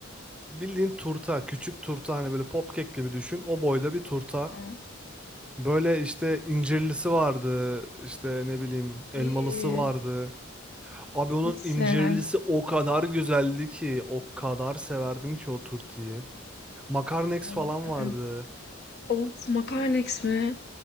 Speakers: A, in the centre; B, on the left (about 55°).
A: bildiğin turta. Küçük turta hani böyle popkek gibi düşün. O boyda bir turta.
B: Ha.
A: Böyle işte incirlisi vardı, işte ne bileyim
B: İyi.
A: elmalısı vardı. Abi onun
B: Hiç sevmem.
A: incirlisi o kadar güzeldi ki, o kadar severdim ki o turtiyi. Makarnex
B: Onu-
A: falan
B: ı-ı.
A: vardı.
B: Of makarnex mi?